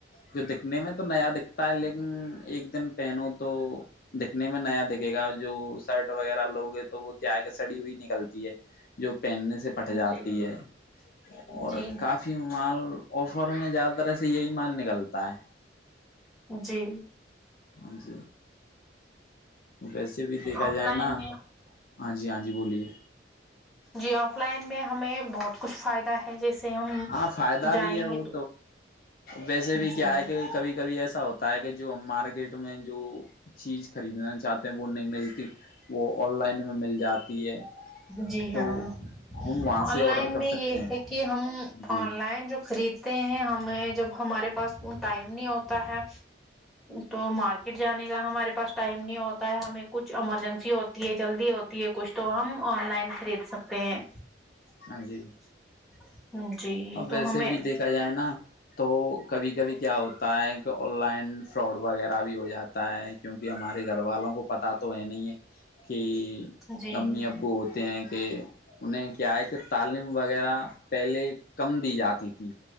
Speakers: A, on the left; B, in the centre.
A: جو دکھنے میں تو نیا دکھتا ہے لیکن ایک دن پہنو تو دکھنے میں نیا دکھے گا جو شرٹ وغیرہ لو گے تو وہ کیا ہے کہ سڑی ہوئی نکلتی ہے جو پہننے سے پھٹ جاتی
B: جی
A: ہے
B: جی
A: اور کافی مال آفر میں زیادہ طرح سے یہی مال نکلتا ہے
B: جی
A: ہاں جی ویسے بھی دیکھا
B: آف
A: جائے
B: لائن
A: نا
B: میں
A: ہاں جی ہاں جی بولیے
B: جی آف لائن میں ہمیں بہت کچھ فائدہ ہے جیسے ہم
A: ہاں فائدہ
B: جائیں
A: بھی ہے وہ
B: گے تو
A: ویسے بھی
B: جی
A: کیا ہے کہ کبھی کبھی ایسا ہوتا ہے کہ جو ہم مارکیٹ میں جو چیز خریدنا چاہتے ہیں وہ نہیں ملتی وہ آن لائن میں مل جاتی ہے
B: جی ہاں
A: تو ہم وہاں
B: آن
A: سے
B: لائن
A: آڈر کر
B: میں یہ
A: سکتے ہیں
B: ہے کہ ہم
A: جی
B: آن لائن جو خرید تے ہیں ہمیں جب ہمارے پاس ٹائم نہیں ہوتا ہے تو مارکیٹ جانے کا ہمارے پاس ٹائم نہیں ہوتا ہے ہمیں کچھ ایمرجنسی ہو ہوتی ہے جلدی ہوتی ہے کچھ تو ہم آن لائن خرید سکتے ہیں
A: ہاں جی
B: <inaudible> جی
A: اب
B: تو
A: ویسے
B: ہمیں
A: بھی دیکھا جائے نا تو کبھی کبھی کیا ہوتا ہے کہ آن لائن فراڈ وغیرہ بھی ہو جاتا ہے کیونکہ ہمارے گھر والوں کو پتا تو ہے نہیں ہے کہ
B: جی
A: امی ابو ہوتے ہیں کہ انہیں کیا ہے کہ تعلیم وغیرہ پہلے کم دی جاتی تھی